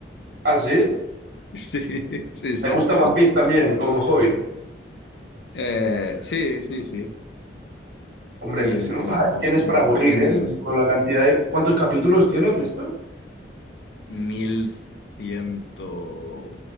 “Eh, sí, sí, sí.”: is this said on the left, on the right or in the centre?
Left